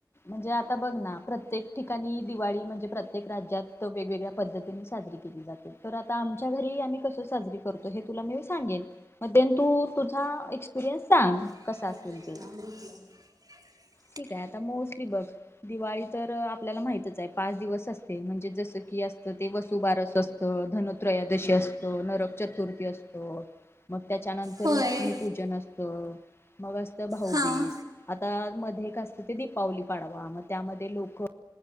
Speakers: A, on the left; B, on the right.
A: म्हणजे आता बघ ना प्रत्येक ठिकाणी दिवाळी म्हणजे प्रत्येक राज्यात वेगवेगळ्या पद्धतीने साजरी केली जाते तर आता आमच्या घरी आम्ही कस साजरी करतो हे तुला मी सांगेन मग देन तू तुझा एक्सपिरियन्स सांग
B: एक
A: कसा असेल ते
B: <unintelligible>
A: ठीक आहे आता मोस्टली बग दिवाळी तर आपल्याला माहितच आहे पाच दिवस असते म्हणजे जसं की असतं ते वसुबारस असतं धनुत्रयोदशी असतो नरक चतुर्थी असतो मग त्याच्यानंतर
B: होय
A: लक्ष्मीपूजन असतं मग अस त भाऊबीज
B: हां
A: आता हे एक असत दीपावली पाडवा म त्यामध्ये लोक